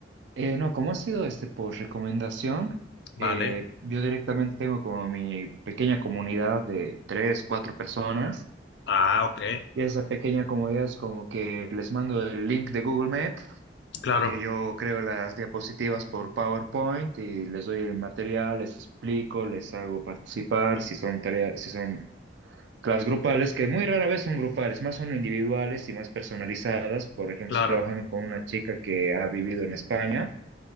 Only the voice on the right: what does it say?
Eh, no, como ha sido este por recomendación,
eh, yo directamente tengo como mi pequeña comunidad de tres, cuatro personas.
Y esa pequeña comunidad es como que les mando el link de Google Meet.
eh, yo creo las diapositivas por PowerPoint y les doy el material, les explico, les hago participar si son tareas, si son Las grupales, que muy rara vez son grupales, más son individuales y más personalizadas. Por ejemplo,
estoy trabajando con una chica que ha vivido en España